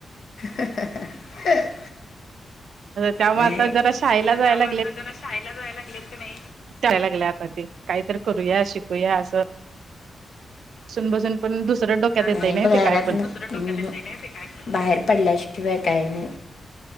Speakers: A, on the left (about 65°); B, on the right (about 80°).
A: ह् ह्
B: त्यामुळे
A: अ
B: आता जरा शाळेला जायला
A: त्यामुळे आता जरा शाळेला जायला लागलेत कणी.
B: करायला लागल्यात आता ते काही तरी करूया शिकूया अस बसून बसून पण दुसरं डोक्यात येतय
A: नाही बाई
B: ते काय
A: घरातंन
B: पण
A: बाहेर पडल्याशिवाय काय नाही.